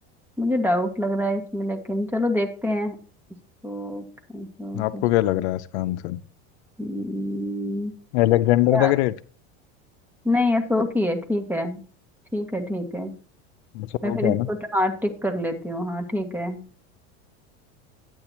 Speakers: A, in the centre; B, on the left (about 75°).
A: मुझे डाउट लग रहा है इसमें लेकिन चलो देखते हैं अशोक अशोक
B: आपको
A: अशोक,
B: क्या लग रहा है इसका answer
A: हम्म,
B: Alexander
A: क्या
B: the Great
A: नहीं अशोक ही है ठीक है ठीक है ठीक है
B: Ashoka
A: मैं फिर
B: है
A: इसको
B: ना
A: ट- हाँ टिक कर लेती हूँ हाँ ठीक है